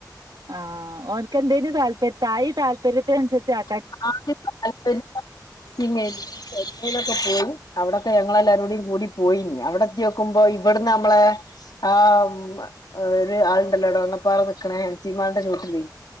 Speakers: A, on the right (about 70°); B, on the left (about 70°).
A: ആഹ് ഓൽക്കെന്തേനു താല്പര്യ തായി ഈ താല്പര്യത്തിനുസരിച്ച് ആ
B: <unintelligible> ചെന്നൈയിലൊക്കെ പോയി അവിടൊക്കെ ഞങ്ങളെല്ലാരൂടി കൂടി പോയിന് അവിടെ എത്തിയോക്കുമ്പോ ഇവിടുന്ന് നമ്മളെ ആഹ് ഒരു ആളുണ്ടല്ലോ? ടോ എടവണ്ണപ്പാറ നിക്കണേ ചീമാൾന്റെ ചോട്ടില്